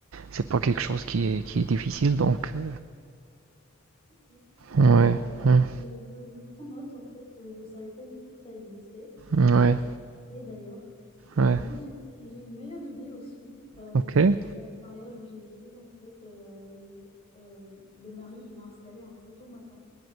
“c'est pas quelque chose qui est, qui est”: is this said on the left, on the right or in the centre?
Right